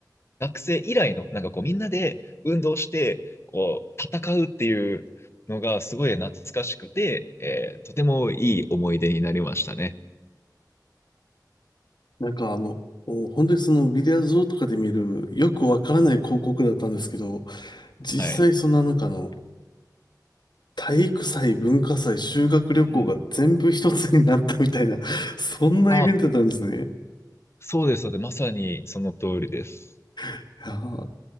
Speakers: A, on the left; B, on the left.
A: 学生以来の、なんかこう、みんなで運動して、こう、戦うっていうのが、すごい懐かしくて、えーとてもいい思い出になりましたね。
B: なんかあの、お本当にそのビデオーとかで見るよくわからない広告だったんですけど、実際そんななんかあの、
A: はい。
B: 体育祭、文化祭、修学旅行が全部一つになったみたいな、
A: うん。
B: そんなイベントだったんですね。
A: あ、そうです、そうです。まさにその通りです。
B: いやー、い